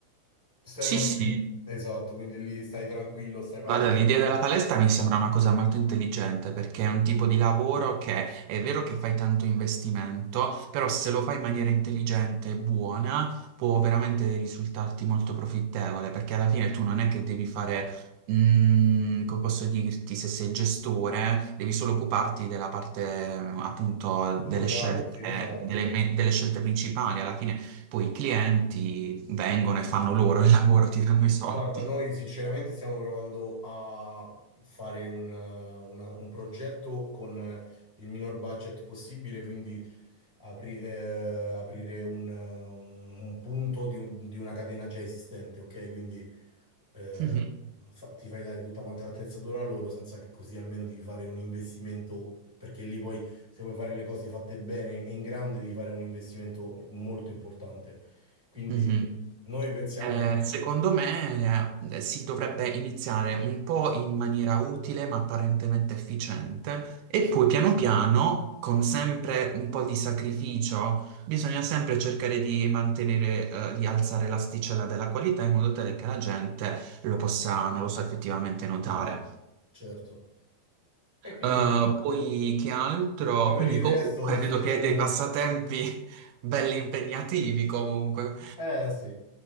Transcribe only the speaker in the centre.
stai
tranquillo.
Esatto, quindi lì stai tranquillo, stai parato
sul muro,
grazie,
sì, esatto.
Guarda, noi sinceramente stiamo provando a fare un, eh, una- un progetto con eh, il minor budget possibile, quindi apri- eh, aprire un, eh, un- un punto di, un- di una catena già esistente, ok? Quindi eh,
fa- ti fai dare tutta quanta l'attrezzatura loro senza che così almeno devi fare un investimento, perché lì poi se vuoi fare le cose fatte bene e in grande devi fare un investimento molto importante. Quindi
noi pensiamo
che... per-
sì.
certo. E quindi
è questo.
poi per
il
resto ti
sto dicendo
a me.
Eh sì,